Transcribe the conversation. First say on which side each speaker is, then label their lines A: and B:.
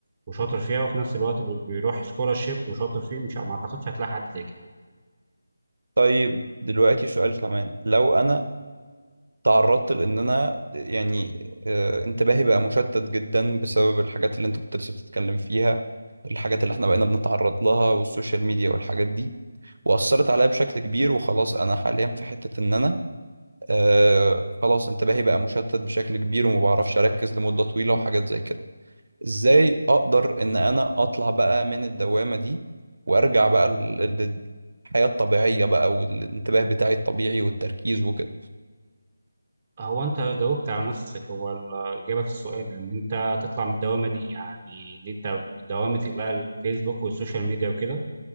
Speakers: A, on the right; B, on the right.
A: وشاطر فيها وفي نفس الوقت بي- بيروح سكولارشيب وشاطر فيه مش ما اعتقدش هتلاقي حد زي كده
B: طيب دلوقتي سؤال كمان لو انا تعرضت لان انا يعني آه، انتباهي بقى مشتت جدا بسبب الحاجات اللي انت كنت لسه بتتكلم فيها الحاجات اللي احنا بقينا بنتعرض لها والسوشيال ميديا والحاجات دي وأثرت عليا بشكل كبير وخلاص أنا حاليا في حتة إن أنا آه خلاص انتباهي بقى مشتت بشكل كبير وما بعرفش اركز لمدة طويلة وحاجات زي كده ازاي اقدر ان انا اطلع بقى من الدوامة دي وارجع بقى لل- لل- للحياة الطبيعية بقى والانتباه بتاعي الطبيعي والتركيز وكده
A: هو انت جاوبت على نفسك هو الاجابه في السؤال ان انت تطلع من الدوامه دي يعني ان انت دوامه بقى الفيسبوك والسوشيال ميديا وكده